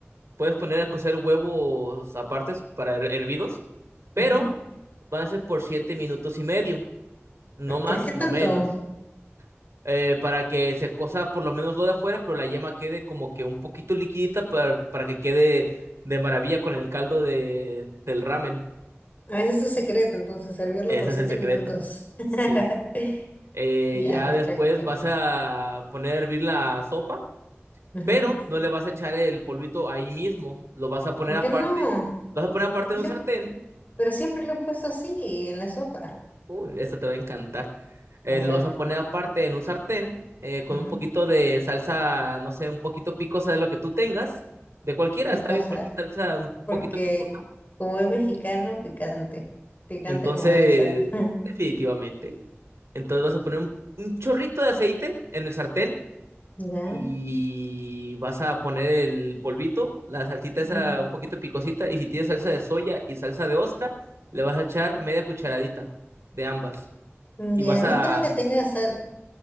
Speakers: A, on the right; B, on the left.
A: Puedes poner a cocer huevos apartes para her- hervidos, pero
B: Ujú.
A: van a ser por siete minutos y medio, no más,
B: ¿Por qué tanto?
A: no menos, eh, para que se cosa por lo menos lo de afuera, pero la yema quede como que un poquito liquidita para, para que quede de maravilla con el caldo de, del ramen.
B: Ah, ese es su secreto, entonces, servirlo
A: Ese
B: por
A: es
B: siete
A: el secreto.
B: minutos.
A: Sí.
B: <laughs>
A: Eh,
B: Ya,
A: ya
B: perfecto.
A: después vas a poner a hervir la sopa,
B: Ujú.
A: pero no le vas a echar el polvito ahí mismo, lo vas a poner
B: ¿Por
A: aparte,
B: qué no?
A: lo vas a poner aparte
B: Le-
A: en un sartén
B: Pero siempre lo he puesto así, en la sopa.
A: Uy, esto te va a encantar. Eh,
B: A ver,
A: lo vas a poner aparte en un sartén eh, con
B: ujú.
A: un poquito de salsa, no sé, un poquito picosa de lo que tú tengas, de cualquiera,
B: Picosa,
A: está bien, cualquier salsa un
B: porque
A: poquito picosa.
B: como es mexicano, picante. Picante
A: Entonces,
B: como debe ser. <laughs>
A: definitivamente. Entonces vas a poner un, un chorrito de aceite en el sartén
B: Ya.
A: y vas a poner el polvito, la salsita
B: ujú.
A: esa un poquito picosita y si tienes salsa de soya y salsa de ostra, le vas a echar media cucharadita de ambas
B: Ya,
A: y vas
B: no
A: a
B: creo que tenga sal-